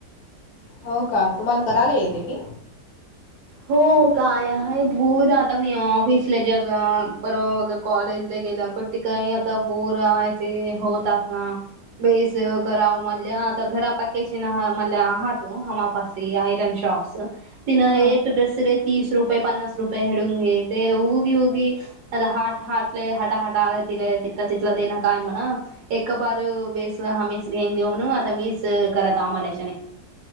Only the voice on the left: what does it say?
हो का तुम्हाला करायला येते की?
हा